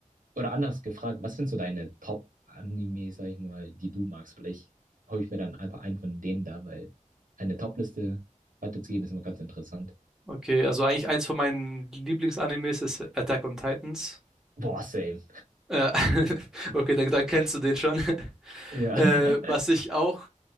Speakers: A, on the right; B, in the centre.
A: Oder anders gefragt, was sind so deine Top-Anime, sag ich mal, die du magst? Vielleicht hole ich mir dann einfach einen von denen da, weil eine Top-Liste weiterzugeben ist immer ganz interessant.
B: Okay, also eigentlich eins von meinen Lieblingsanimes ist Attack on Titans.
A: Boah, same.
B: Äh, <laughs> okay, dann, dann kennst du den schon. <laughs>
A: Ja.
B: Äh,
A: <laughs>
B: was ich auch